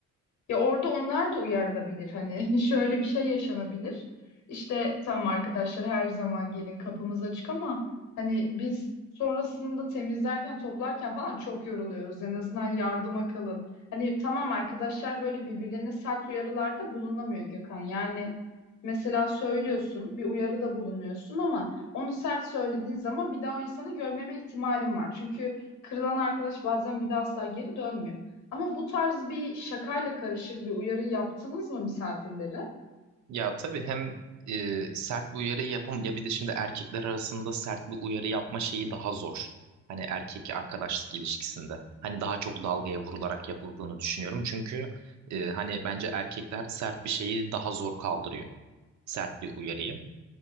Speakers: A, on the left (about 70°); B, on the right (about 70°).
A: Ya orada onlar da uyarılabilir hani <laughs> şöyle bir şey yaşanabilir. İşte tamam arkadaşlar her zaman gelin kapımız açık ama hani biz sonrasında temizlerken toplarken falan çok yoruluyoruz. En azından yardıma kalın. Hani tamam arkadaşlar böyle birbirlerine sert uyarılarda bulunamıyor Gökhan. Yani mesela söylüyorsun bir uyarıda bulunuyorsun ama onu sert söylediğin zaman bir daha o insanı görmeme ihtimalin var. Çünkü kırılan arkadaş bazen bir daha asla geri dönmüyor. Ama bu tarz bir şakayla karışık bir uyarı yaptınız mı misafirlere?
B: Ya tabii hem e, sert bir uyarı yapam ya bir de şimdi erkekler arasında sert bir uyarı yapma şeyi daha zor. Hani erkek arkadaşlık ilişkisinde. Hani daha çok dalgaya vurularak yapıldığını düşünüyorum. Çünkü e, hani bence erkekler sert bir şeyi daha zor kaldırıyor. Sert bir uyarıyı.